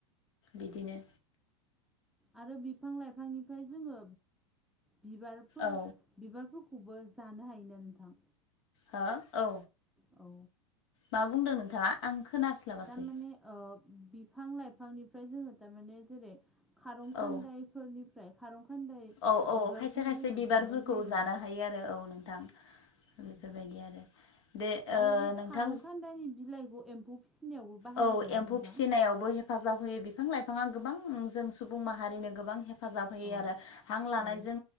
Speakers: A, on the left (about 55°); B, in the centre.
A: बिदिनो।
B: आरो बिफां लाइफांनिफ्राय जोङो बिबारफोर
A: औ
B: बिबारफोरखौबो जानो हायोना नोंथां?
A: हो औ।
B: औ।
A: मा बुंदों नोंथाङा आं खोनास्लाबासै
B: दामाने ओ बिफां लाइफांनिफ्राय जोङो दामाने जेरै खारं खान्दायफोरनिफ्राय
A: औ
B: खारं खान्दाय
A: औ औ
B: बिबारखौ
A: खायसे खायसे
B: जोङो
A: बिबारफोरखौ
B: जानाय जायोना
A: जानो हायो आरो औ नोंथां। बेफोरबायदि
B: औ
A: आरो। दे ओ
B: आरो बे
A: नोंथां
B: खारंखान्दायनि बिलाइखौ एम्फौ फिसिनायावबो बाहायोना
A: औ एम्फौ
B: नोंथां
A: फिसिनायावबो हेफाजाब होयो बिफां लाइफाङा गोबां जों सुबुं माहारिनो गोबां फाजाब होयो
B: औ
A: आरो हां लानायजों
B: औ